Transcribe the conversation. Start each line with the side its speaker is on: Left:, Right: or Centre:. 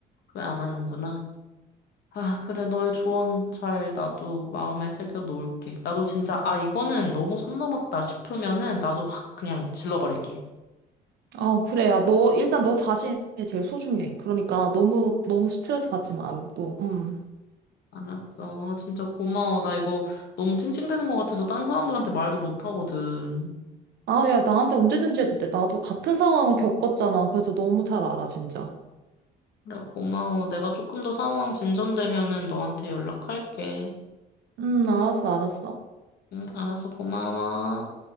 Left: 왜 안 하는구나. 아, 그래, 너의 조언 잘 나도 마음에 새겨 놓을게. 나도 진짜, 아, 이거는 너무 선 넘었다 싶으면은 나도 확 그냥 질러버릴게.
Right: 어, 그래. 야, 너, 일단 너 자신이 제일 소중해. 그러니까 너무, 너무 스트레스 받지 말고, 음.
Left: 알았어. 진짜 고마워. 나 이거 너무 찡찡대는 것 같아서 딴 사람들한테 말도 못 하거든.
Right: 아, 야, 나한테 언제든지 해도 돼. 나도 같은 상황을 겪었잖아. 그래서 너무 잘 알아, 진짜.
Left: 그래, 고마워. 내가 조금 더 상황 진전되면은 너한테 연락할게.
Right: 음, 알았어, 알았어.
Left: 응, 알았어, 고마워.